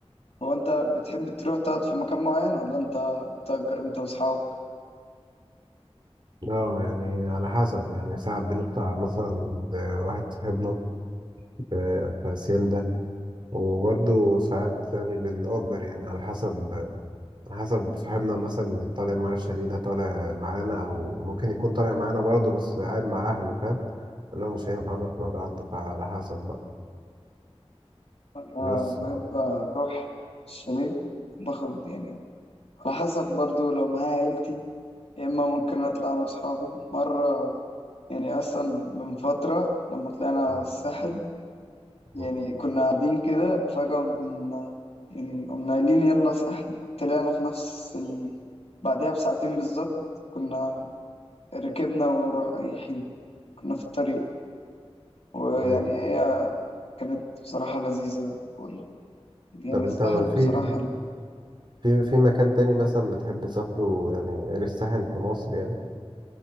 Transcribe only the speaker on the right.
اه يعني على حسب يعني ساعات بنطلع مثلا عند واحد صاحبنا في في هاسيندا وبرضه ساعات يعني بنأجر يعني على حسب على حسب صاحبنا مثلا اللي طالع معاه الشاليه ده طالع معانا أو ممكن يكون طالع معانا برضه بس قاعد مع أهله فاهم اللي هو مش هينفع نروح نقعد عنده فعلى حسب بقى
بس
مم.
مم.
مم.
أيوة.
طب أنت
في
في في مكان تاني مثلا بتحب تسافره يعني غير الساحل في مصر يعني